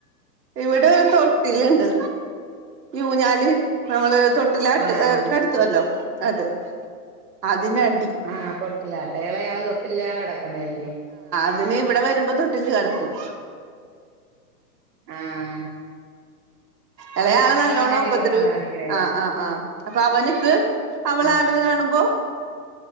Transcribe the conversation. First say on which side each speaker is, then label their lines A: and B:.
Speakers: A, on the right; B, on the right.
A: ഇവിടെ തൊട്ടിലുണ്ട് ഊഞ്ഞാല് നമ്മള് തൊട്ടില് ആട്ട്
B: ആഹ്
A: ആ കിടത്തുവല്ലോ അത് അതിനടി
B: ആഹ് തൊട്ടിലാട്ട ഇളയാള് തൊട്ടിലിലാണ് കിടക്കണല്ലേ
A: അവന് ഇവിടെ വരുമ്പോ തൊട്ടിലില് കിടക്കും
B: ആഹ്
A: ഇളയാള്
B: അതില് ആടാൻ
A: നല്ലോണം
B: വേണ്ടി
A: ഉപദ്രവി
B: ബഹളം കാണിക്കണായിരിക്കും
A: ആഹ് ആഹ് ആഹ് അപ്പൊ അവന്ക്ക് അവളാട്ണെ
B: ഉം
A: കാണുമ്പോ